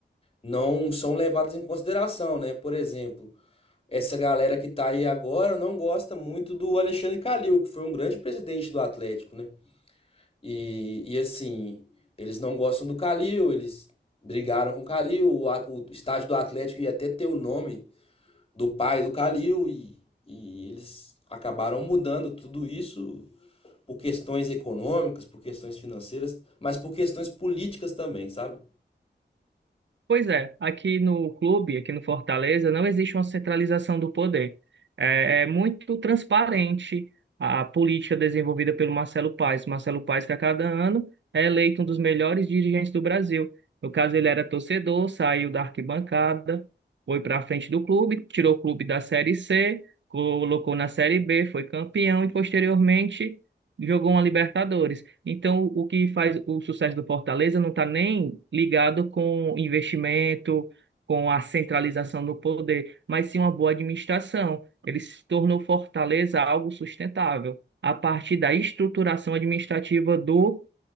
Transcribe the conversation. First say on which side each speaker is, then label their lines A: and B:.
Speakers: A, on the left (about 30°); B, on the right (about 80°).
A: não são levadas em consideração, né? Por exemplo, essa galera que tá aí agora não gosta muito do Alexandre Calil, que foi um grande presidente do Atlético, né? E, e assim, eles não gostam do Calil, eles brigaram com o Calil, o, at- o estádio do Atlético ia até ter o nome do pai do Calil, e, e eles acabaram mudando tudo isso por questões econômicas, por questões financeiras, mas por questões políticas também, sabe?
B: Pois é, aqui no clube, aqui no Fortaleza, não existe uma centralização do poder. É, é muito transparente a política desenvolvida pelo Marcelo Paes. Marcelo Paes, que a cada ano é eleito um dos melhores dirigentes do Brasil. No caso, ele era torcedor, saiu da arquibancada, foi para a frente do clube, tirou o clube da Série C, colocou na Série B, foi campeão e, posteriormente, jogou uma Libertadores. Então, o o que faz o sucesso do Fortaleza não está nem ligado com investimento, com a centralização do poder, mas sim uma boa administração. Ele se tornou Fortaleza algo sustentável a partir da estruturação administrativa do